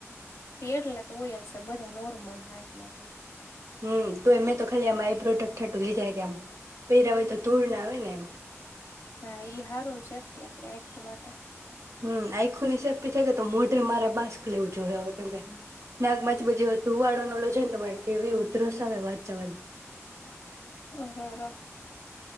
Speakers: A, on the left; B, on the right.
A: તે એટલા તો હોય જ છે બધા નોર્મલ હ આટલા તો.
B: હમ તો એમે તો ખાલી આમ આઈ પ્રોડક્ટ થટું લીધા કે આમ, પેરવાય તો તૂર ના આવે ને એમ.
A: હા ઈ હારુંન સેફ્ટી આપડી આંખવા માટે.
B: હમ આઈખુની સેફ્ટી થ તો મોઢે મારે માસ્ક લેવું જોઈ હવે કેમ કે, નાકમાંથી બધી ધુવાળો ન લો છે ને કેવી ઉધરસ આવે વાતચાવા.
A: અરર.